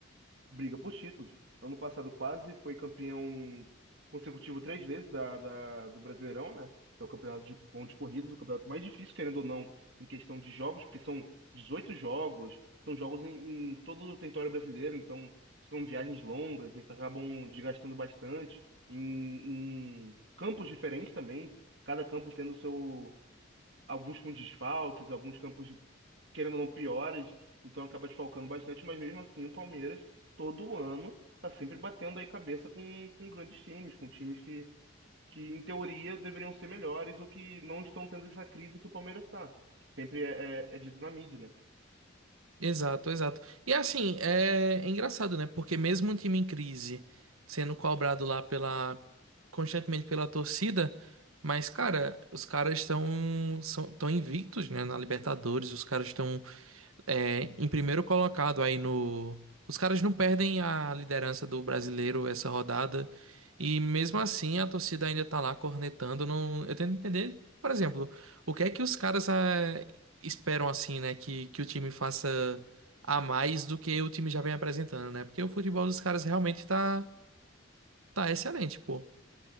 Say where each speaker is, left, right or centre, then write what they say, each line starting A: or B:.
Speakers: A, on the right; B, on the right.
A: briga por títulos. Ano passado quase foi campeão consecutivo três vezes da, da- do Brasileirão, né? Que é o campeonato de pontos corridos, o campeonato mais difícil, querendo ou não, em questão de jogos, porque são 18 jogos, são jogos em, em todo o território brasileiro, então são viagens longas e que acabam desgastando bastante, em, em campos diferentes também, cada campo tendo seu, alguns com desfalques, alguns campos querendo ou não, piores, então acaba desfalcando bastante, mas mesmo assim o Palmeiras, todo ano, tá sempre batendo aí cabeça com, com grandes times, com times que, que, em teoria, deveriam ser melhores ou que não estão tendo essa crise que o Palmeiras tá. Sempre é, é, é dito na mídia, né?
B: Exato, exato. E assim, é, é engraçado, né? Porque mesmo um time em crise sendo cobrado lá pela constantemente pela torcida, mas cara, os caras estão são, tão invictos, né, na Libertadores, os caras estão é, em primeiro colocado aí no. Os caras não perdem a liderança do brasileiro essa rodada. E mesmo assim a torcida ainda tá lá cornetando. Não... Eu tento entender, por exemplo, o que é que os caras eh, esperam assim, né? Que, que o time faça a mais do que o time já vem apresentando, né? Porque o futebol dos caras realmente tá, tá excelente, pô.